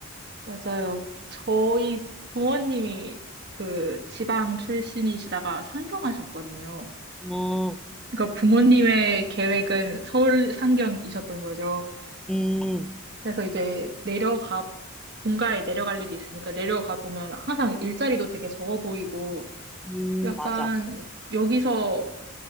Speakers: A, on the right; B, in the centre.
A: 맞아요. 저희 부모님이 그 지방 출신이시다가 상경하셨거든요.
B: 음,
A: 그러니까 부모님의 계획은 서울 상경이셨던 거죠.
B: 음,
A: 그래서 이제 내려가 본가에 내려갈 일이 있으니까 내려가 보면 항상 일자리도 되게 적어 보이고
B: 음,
A: 약간
B: 맞아.
A: 여기서